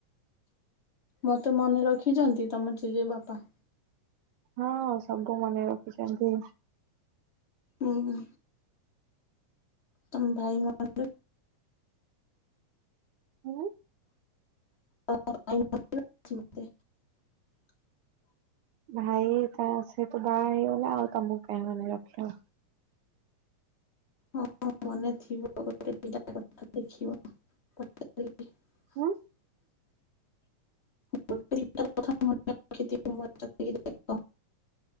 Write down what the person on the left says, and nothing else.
ମତେ ମନେ ରଖିଛନ୍ତି ତମ ଜେଜେ ବାପା?
ଉହୁଁ। ତମ୍ ଭାଇ ମ <unintelligible>
<inaudible>
ହଁ ମନେ ଥିବ <unintelligible>
<inaudible>